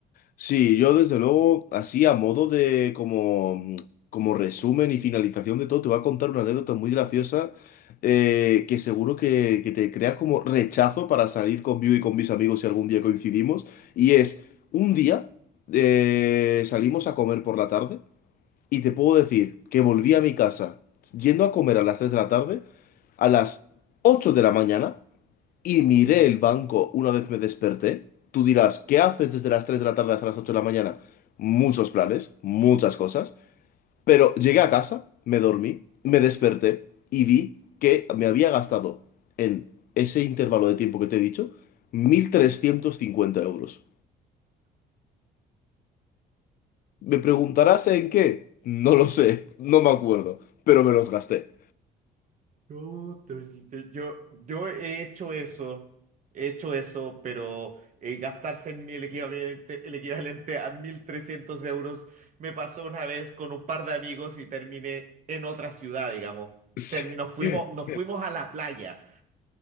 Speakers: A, on the left; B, on the right.
A: Sí, yo desde luego, así a modo de como, mm, como resumen y finalización de todo, te voy a contar una anécdota muy graciosa eh, que seguro que, que te crea como rechazo para salir conmigo y con mis amigos si algún día coincidimos. Y es, un día eh, salimos a comer por la tarde y te puedo decir que volví a mi casa yendo a comer a las 3 de la tarde, a las 8 de la mañana y miré el banco una vez me desperté. Tú dirás, ¿qué haces desde las 3 de la tarde hasta las 8 de la mañana? Muchos planes, muchas cosas. Pero llegué a casa, me dormí, me desperté y vi que me había gastado en ese intervalo de tiempo que te he dicho 1.350 euros. ¿Me preguntarás en qué? No lo sé, no me acuerdo, pero me los gasté.
B: Yo, te- te- yo, yo he hecho eso, he hecho eso, pero eh, gastarse en mí el equivalente, el equivalente a 1.300 euros me pasó una vez con un par de amigos y terminé en otra ciudad, digamos.
A: <laughs>
B: Termi- nos fuimos,
A: Sí.
B: nos fuimos a la playa.